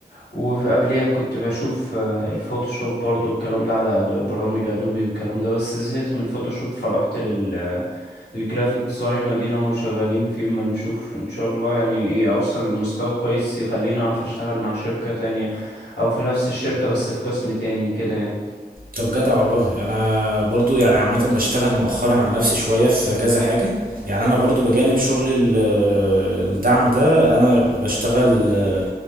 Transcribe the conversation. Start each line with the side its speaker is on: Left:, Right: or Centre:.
Left: وقبليها كنت بشوف آه، الفوتوشوب برضو والكلام ده على أدو- برامج ادوبي والكلام ده بس زهقت من الفوتوشوب فرحت لل الجرافيك ديزاين وادينا اهو شغالين فيه ما نشوف ان شاء الله يعني ايه اوصل لمستوى كويس يخليني اعرف اشتغل مع شركة تانية او في نفس الشركة بس في قسم تاني كده يعني
Right: طب جدع والله انا برضو يعني عامه بشتغل مؤخرا على نفسي شويه في كذا حاجه يعني انا برضو بجانب شغل ال- آه، الدعم ده انا بشتغل آه،